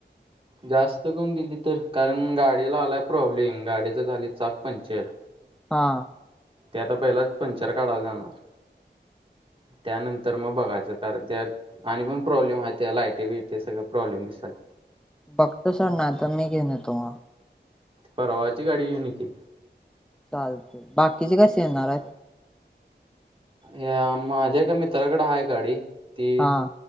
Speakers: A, on the right; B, in the centre.
A: जास्त गुण दिली तर, कारण गाडीला आलाय प्रॉब्लेम गाडीच झाली चाक पंक्चर.
B: हा.
A: ते आता पहिला पंचर काढावणार जाणार त्यानंतर, तर मग बघायचं कारण त्या आणि पण प्रॉब्लेम आहेत, त्या लाइटे बिटे सगळे प्रॉब्लेम दिसाला.
B: बघतो सोड नाही तर मी घेऊन येतो म,
A: परवाची गाडी घेऊन ये की.
B: चालतंय, बाकीचे कशी येणार आहेत?
A: या माझ्या का मित्राकडे, हाय गाडी ती.
B: हा